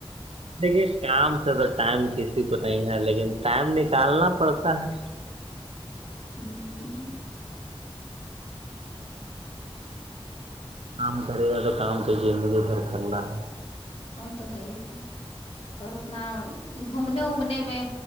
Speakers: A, on the right; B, on the left.
A: دیکھیے کام سے تو ٹائم کسی کو نہیں ہے لیکن ٹائم نکالنا پڑتا ہے
B: ہوں
A: کام کرے گا تو کام تو زندگی بھر کرنا ہے
B: وہ تو ہے ہی ہے اور اتنا گھومنے اومنے میں